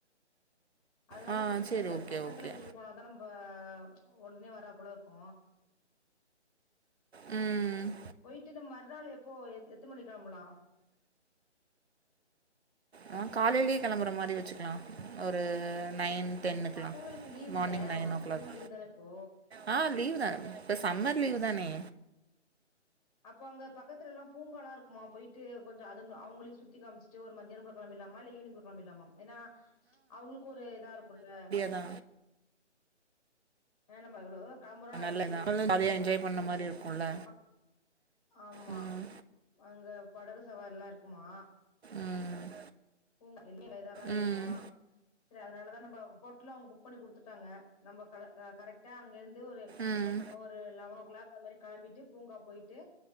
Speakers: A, on the left; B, on the right.
A: அதனால
B: ஆ
A: பிரச்சன
B: சேரி
A: இல்ல
B: ஓகே
A: பசங்கள
B: ஓகே
A: விட்டுட்டு போனாதா நம்ப ஒடனே வராப்புல இருக்கு
B: ம்
A: போயிட்டு நம் மறுநாள் எப்போ எ எத்து மணி கெளாம்பலா
B: ஆ காலையிலயே கெளம்புற மாரி வச்சுக்கலா ஒரு நைன்
A: ம்
B: டென்னுக்குலா
A: பசங்களுக்கு லீவ்
B: morning
A: தானே
B: nine ஓ
A: school
B: கிளாக்
A: leave தானே இப்போ
B: ஆ லீவ் தா இப்ப சம்மர் லீவ் தானே
A: அப்போ அங்க பக்கத்துல எல்லா பூங்காலா இருக்குமா போயிட்டு கொஞ்சோ அது அவுங்களுக்கு சுத்தி காமிச்ட்டு ஒரு மத்யான போல கெளம்பிர்லாமா இல்ல ஈவினிங் கெளம்பிர்லாமா ஏனா அவுங்களுக்கு ஒரு இதா இருக்குல்ல
B: நா
A: ஆ நம்ப எவ்ளவோ கெளம்புறோ ஆயச்சி
B: நல்லதா அவளு
A: செரி
B: ஜாலியா
A: இரும்ப
B: என்ஜாய் பண்ண
A: ம்
B: மாரி இருக்குல்ல
A: கப் ஆமா
B: ம்
A: அங்க படகு சவாரில்லா இருக்குமா
B: ம்
A: இல்லங்க எல்மே இதாதா
B: ம்
A: இருக்கு செரி அதனாலதா நம்ப ஹோட்டலு அவுங்க புக் பண்ணி குடுத்துட்டாங்க நம்ப கல வே கரெக்டா அங்க இருந்து ஒரு
B: ம்
A: ஒரு லெவனோ கிளாக் அது மாரி கெளம்பிட்டு பூங்கா போயிட்டு